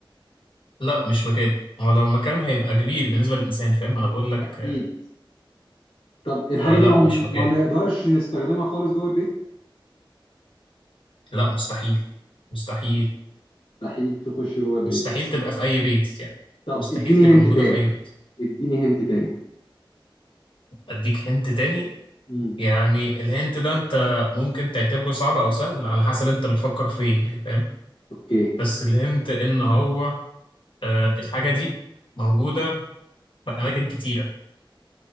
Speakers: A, on the left; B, on the left.
A: لا مش مكان هو لو مكان هيبقى كبير بالنسبة للإنسان فاهم أنا بقول لك
B: اكيد
A: آه،
B: طب الحاجة
A: فلا
B: دي عم
A: مش مكان
B: ما نقدرش نستخدمها خالص جوه البيت
A: لا مستحيل مستحيل
B: مستحيل تخش جوه البيت
A: مستحيل تبقى في أي بيت يعني
B: طب
A: مستحيل
B: اديني
A: تبقى
B: هنت
A: موجودة
B: تاني
A: في أي بيت
B: اديني هنت تاني
A: أديك هنت تاني
B: امم
A: يعني الهنت ده انت ممكن تعتبره صعب او سهل على حسب انت بتفكر فين يعني فاهم
B: اوكي
A: بس الهنت ان هو آه الحاجة دي موجودة في اماكن كتيرة